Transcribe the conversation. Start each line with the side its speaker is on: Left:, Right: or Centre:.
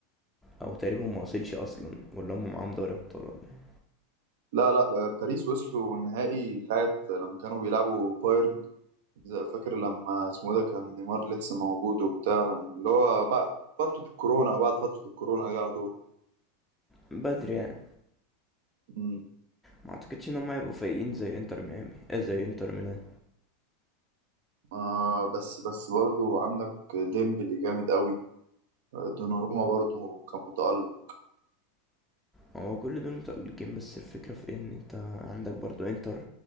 Centre: او تقريبا ما وصلش اصلا ولا هم معاهم دوري ابطال ولا إيه.
Right: لا لا آه، باريس وصلوا النهائي ساعة لما كانوا بيلعبوا بايرن زي- فاكر لما اسمه إيه ده كان نيمار لسه موجود وبتاع لما- اللي هو بعد فترة الكورونا وبعد فترة الكورونا دي على طول
Centre: بدري يعني
Right: مم.
Centre: ما اعتقدش ان هم هيبقوا فايقين زي انتر ميامي آه زي انتر ميلان
Right: آه بس بس برضو عندك ديمبلي جامد قوي آه، دوناروما برضو كان متألق
Centre: ما هو كل دول متألقين بس الفكرة في ان انت عندك برضو انتر